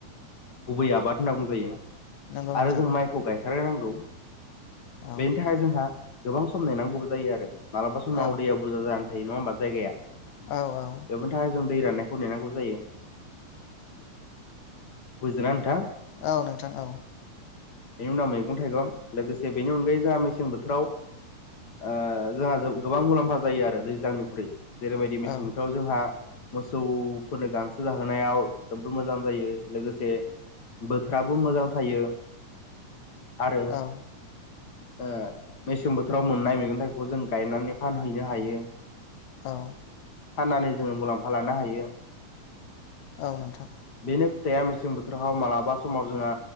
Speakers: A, on the left; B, on the left.
A: गुबै आबाद होनना बुंजायो।
B: नंगौ नोंथां
A: आरो जों माइखौ गायथारनांगौ।
B: औ
A: बेनि थाखाय जोंहा गोबां सम नेनांगौबो जायो आरो। मालाबा समाव
B: औ
A: दैया बुरजा जानानै थायो नङा होमबा। जायगाया
B: औ औ
A: बेफोरनि थाखाय जों दै राननायखौ नेनांगौ जायो बुजिदोंना नोंथां
B: औ नोंथां औ
A: बेनि उनाव मैगं थाइगं लोगोसे बेनि अनगायै जोंहा मेसें बोथोराव ओ जोंहा गोबां मुलाम्फा जायो आरो दैज्लांनिख्रुइ जेरैबायदि मेसें
B: औ
A: बोथोराव जोंहा मो सौफोरनो गांसो जाहोनायाव जबोद मोजां जायो लोगोसे बोथोराबो मोजां थायो।
B: <inaudible>
A: आरो
B: औ
A: ओ मेसें बोथोराव मोननाय मैगं थाइगंखौ जों गायनानै फानहैनो हायो।
B: औ
A: फाननानै जोंङो मुलाम्फा लानो हायो।
B: औ नोंथां
A: बेनो खोथाया मेसें बोथोराव मालाबा समाव जोंहा